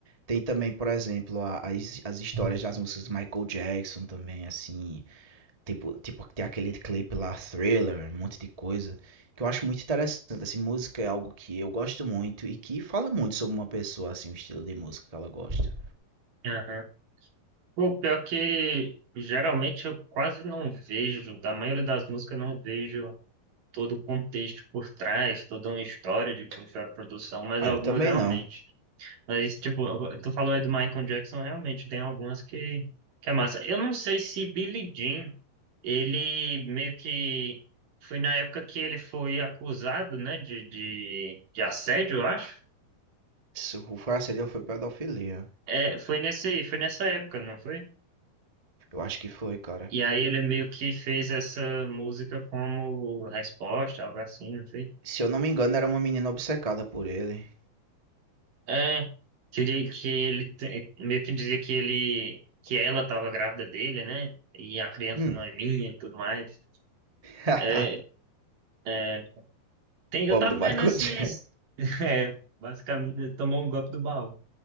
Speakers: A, on the right; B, on the right.
A: Tem também, por exemplo, a- as, as histórias das músicas de Michael Jackson também, assim. Tipo, tipo, tem aquele clipe lá, Thriller, um monte de coisa, que eu acho muito interessante. Assim, música é algo que eu gosto muito e que fala muito sobre uma pessoa, assim, o estilo de música que ela gosta.
B: Aham. Pô, pior que geralmente eu quase não vejo, da maioria das músicas eu não vejo todo o contexto por trás, toda uma história de como foi a produção, mas
A: Ah,
B: algumas
A: eu também
B: realmente.
A: não.
B: Mas, tipo, tu falou aí do Michael Jackson, realmente tem algumas que, que é massa. Eu não sei se Billie Jean, ele meio que foi na época que ele foi acusado, né, de, de, de assédio, eu acho.
A: Se o Farcelho foi pedofilia.
B: É, foi nesse, foi nessa época, não foi?
A: Eu acho que foi, cara.
B: E aí ele meio que fez essa música como resposta, algo assim, não foi?
A: Se eu não me engano, era uma menina obcecada por ele.
B: É, que ele, que ele te- meio que dizia que ele, que ela estava grávida dele, né? E a criança
A: Hum.
B: não é minha e tudo mais.
A: <laughs>
B: É, é, tem, eu
A: Pobre
B: tava
A: do Michael
B: vendo esses.
A: Jackson.
B: <laughs> É, basicamente, ele tomou um golpe do baú.